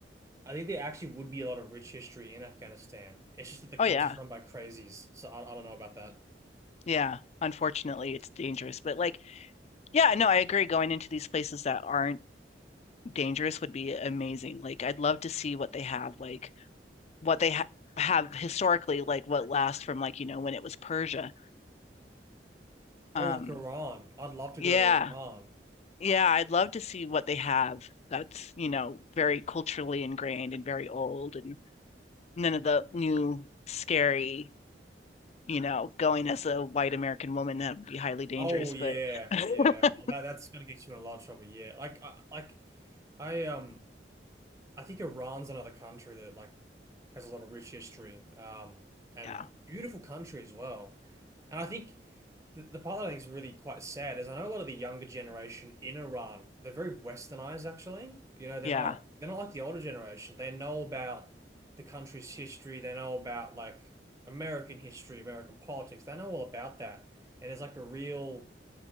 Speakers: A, on the right; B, on the left.
A: I think there actually would be a lot of rich history in Afghanistan. It's just that the country's
B: Oh yeah.
A: run by crazies, so I, I don't know about that.
B: Yeah. Unfortunately, it's dangerous, but like yeah, no, I agree going into these places that aren't dangerous would be amazing. Like I'd love to see what they have, like what they ha have historically, like what lasts from like, you know, when it was Persia. Um
A: Oh, like Iran. I'd love to
B: yeah.
A: go to Iran.
B: Yeah, I'd love to see what they have that's, you know, very culturally ingrained and very old and none of the new scary you know, going as a white American woman, that would be highly dangerous.
A: Oh yeah,
B: But <laughs>
A: yeah. Oh, that that's gonna get you in a lot of trouble. Yeah, like I like I um I think Iran's another country that like has a lot of rich history, um, and
B: yeah,
A: beautiful country as well. And I think the, the part that I think is really quite sad is I know a lot of the younger generation in Iran, they're very westernized actually. You know, they're
B: yeah,
A: not they're not like the older generation. They know about the country's history, they know about like American history, American politics, they know all about that. And it's like a real